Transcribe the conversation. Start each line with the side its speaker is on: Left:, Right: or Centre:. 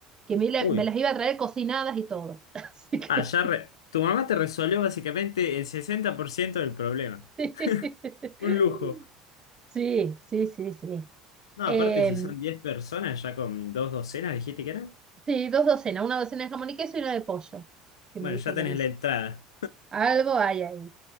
Right: que me, la-
Left: Uy,
Right: me las iba a traer cocinadas y todo. <laughs> Así que
Left: ah, ya re- tu mamá te resolvió básicamente el 60% del problema.
Right: <laughs>
Left: <laughs> Un lujo.
Right: sí, sí, sí, sí.
Left: No,
Right: Em,
Left: aparte, si son 10 personas, ya con dos docenas, dijiste que eran.
Right: sí, dos docenas, una docena de jamón y queso y una de pollo, que
Left: Bueno,
Right: me dijo
Left: ya tenés
Right: que hizo.
Left: la entrada.
Right: Algo hay ahí.